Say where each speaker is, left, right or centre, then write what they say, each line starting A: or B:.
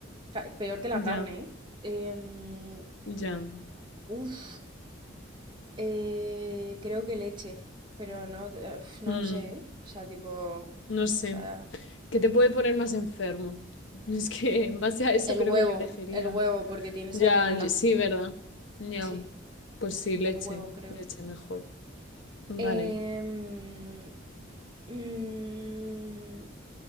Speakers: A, on the right; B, on the left.
A: Ca- Peor que
B: Ya,
A: la carne, ¿eh? Em,
B: ya.
A: uf, eh, creo que leche. Pero no, eh, uf, no
B: Mm,
A: lo sé, ¿eh? O sea, tipo.
B: no sé.
A: O sea,
B: ¿Qué te puede poner más enfermo? <laughs> Es que en base a eso
A: el
B: creo
A: huevo,
B: que yo elegiría.
A: el huevo, porque tiene
B: Ya,
A: salmonela.
B: ye- sí, ¿verdad? Ya.
A: Sí,
B: Pues sí, leche.
A: el huevo, creo.
B: Leche mejor. Vale.
A: Em, mm,